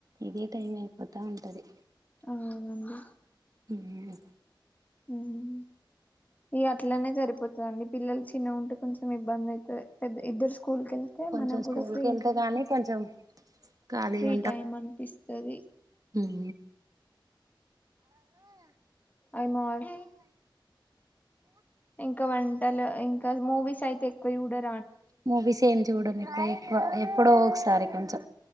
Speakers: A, on the right; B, on the left.
A: ఇదే టైం అయిపో టైం పది
B: అవునండి
A: ఊహు
B: హ్మ్ ఇగ అట్లానే సరిపోతదండి పిల్లలు చిన్న ఉంటే కొంచెం ఇబ్బంది అయి తది పెద్ద ఇద్దరు స్కూల్ కి వెళ్తే
A: కొంచెం
B: మనకు
A: స్కూల్
B: కూడా ఫ్రీ
A: కి వెళ్తే గానీ కొంచెం ఖాళీగా
B: ఫ్రీ టైం అనిపిస్తది
A: ఊ
B: ఐమోర్ ఇంకా వంటలు ఇంకా మూవీస్ అయితే కొయూడద్
A: మూవీస్ ఏం జూడ ఎక్కు ఎక్కువ ఎప్పుడో ఒకసారి కొంచం